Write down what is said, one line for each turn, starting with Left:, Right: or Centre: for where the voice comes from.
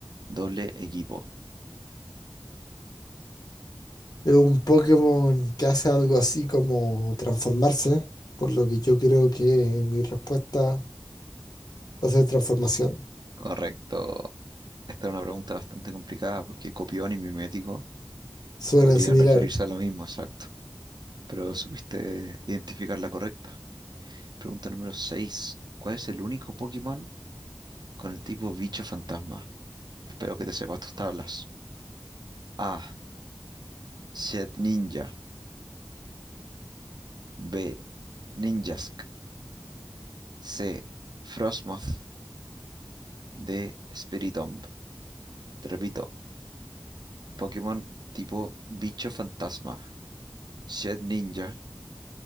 Right: Doble equipo.
Left: Es un Pokémon que hace algo así como transformarse, por lo que yo creo que mi respuesta va a ser transformación.
Right: Correcto. Esta era una pregunta bastante complicada porque copión y mimético
Left: Suenan
Right: podrían
Left: similares.
Right: referirse a lo mismo, exacto. pero supiste identificar la correcta. Pregunta número 6. ¿Cuál es el único Pokémon con el tipo bicho fantasma? Espero que te sepas tus tablas. A. Shed Ninja. B. Ninjask. C. Frostmoth. D. Spiritomb. Te repito, Pokémon tipo bicho fantasma. Shed Ninja,